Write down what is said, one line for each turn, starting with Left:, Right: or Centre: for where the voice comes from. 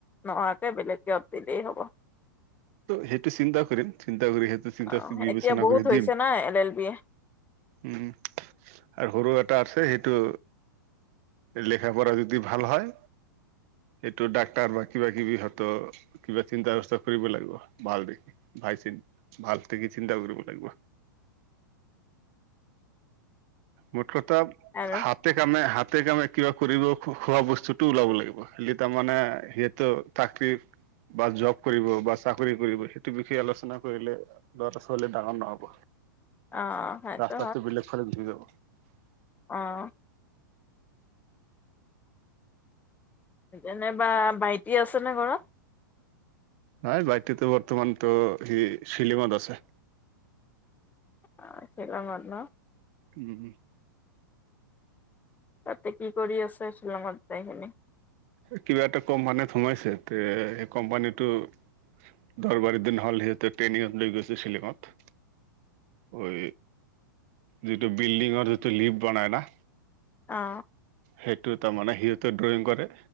Left: নোহোৱাকৈ বেলেগত দিলেই হ'ব।
Right: সেইটো চিন্তা কৰিম চিন্তা কৰি সেইটো চিন্তা
Left: অ
Right: বিবেচনা
Left: এতিয়া বহুত
Right: কৰি
Left: হৈছে
Right: দিম।
Left: না এল এল বি
Right: উম আৰু সৰু এটা আছে সেইটো। লেখ পঢ়া যদি ভাল হয়। এইটো ডাক্তাৰ বা কিবা কিবি হয়ত কিবা চিন্তা ব্যৱস্থা- কৰিব লাগিব ভাল দেখি, ভাই চি ভাল দেখি চিন্তা কৰিব লাগিব। মোৰ কথা হাত
Left: আৰু
Right: হাতে কামে হাতে কামে কিবা কৰিব খোৱা বস্তুটো ওলাব লাগিব, খালি তাৰমানে সিহঁতু- চাকৰি বা জব কৰিব বা চাকৰি কৰিব সেইটো বিষয়ে আলোচনা কৰিলে। লৰাটা ছোৱালী ডাঙৰ নহ'ব,
Left: অ সেইটো
Right: ৰাস্তা টো বেলেগ ফালে গুচি যাব।
Left: অঁ এনেবা ভাইটি আছেনে ঘৰত।
Right: নাই ভাইটো বৰ্তমানতো সি শিলিঙত আছে।
Left: অ শিলংত ন।
Right: উম
Left: তাতে কি কৰি আছ শ্বিলঙত যাই কিনে-
Right: কিবা এটা কোম্পানীত সোমাইছে তে সেই কোম্পানীটো- দৰবাৰি দিন হল সিহঁতে ট্ৰেইনিং গৈছে শ্বিলঙত। ঐ যিটো বিল্ডিঙৰ যিটো লিফ বনাই না
Left: অ
Right: সেইটোৱে তাৰমানে সিহঁতে ড্ৰয়িং কৰে